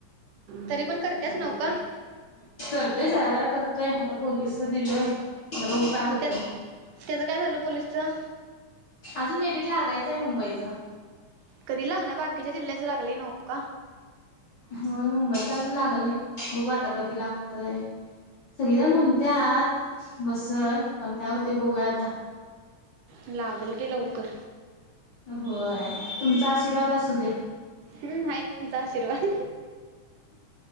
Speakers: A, on the right; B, on the left.
A: तरी पण करतेच नव
B: <inaudible>
A: का
B: करतोय जरा-जरा करतोय आता पोलीसचं दिलोय आता बघू काय होतय.
A: मग त्या त्याचं काय झालं पोलिसचं?
B: अजून मेरीट लागायचंय मुंबईचं
A: कधी लागणार बाकीच्या जिल्याच लागलय नव का?
B: होय, मुंबईच अजून लागल नाही बघू आता कधी लागतय. सगळेजण म्हणत्यात बसल पण काय होते बघूया आता.
A: लागल की लवकर
B: होय, तुमचा आशीर्वाद असू दे.
A: हम्म, हाय की आमचा आशीर्वाद